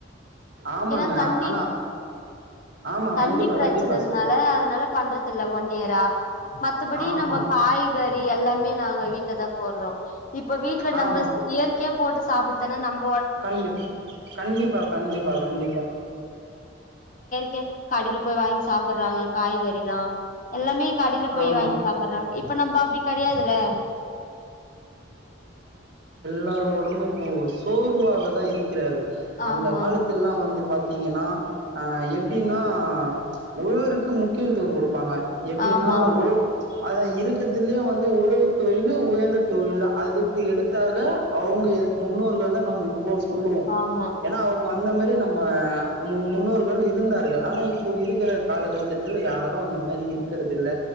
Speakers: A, on the right; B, on the left.
A: ஆமாங்க
B: ஏன்னா தண்ணி
A: ஆனா ஆமா
B: தண்ணி
A: கண்டிப்பா
B: பிரச்சனைதுனால
A: கண்டிப்பா சொல்
B: அதனால பண்றது இல்ல ஒன் இயரா மத்தபடி
A: ஆமா
B: நம்ப காய்கறி எல்லாமே நாங்க வீட் லதா போட்றோ இப்ப வீட்ல நம்பஸ்
A: ஆமா
B: இயற்கையா போட்டு சாப்புட்தான நம்
A: கண்டிப் ம் கண்டிப்பா கண்டிப்பா கண்டிப்பா
B: க கடைல போயி வாங்கி சாப்பட்றாங்க காய்கறில்லா எல்லாமே கடைல போய்
A: ஆமா
B: வாங்கி சாப்பட்றாங்க இப்ப நம்ப அப்டி கெடையாதல்ல
A: லாரு ஒடம்பு இப்போ சோர்வாகதா இரு க்கிறது அந்த
B: ஆமா
A: காலத்தில்லா
B: ஆமா
A: வந்து பாத் த்தீங்கன்னா ஆ எப்டின்னா உழறக்கு முக்கியத்துவோ கொடுப்பாங்க ப்டின்னா
B: ஆமா
A: உழ அதா இருக்கறதுலயே வந்து உழவுத் தொழிலு உயர்ந்த தொழிலு அதுக்கு எடுத்தாக அவங்க எ முன்னோர்கள்ல நம்ம இப்போ சொல்லுவோ
B: ஆமா
A: ஏன்னா அவங் சோ அந்த மாரி நம்ம மு முன்னோர்கள் இருந்தார்கள். ஆனா இப்போ இருக்கிற காலகட்டத்தில யாரு அந்த மாரி இரு க்கறது இல்ல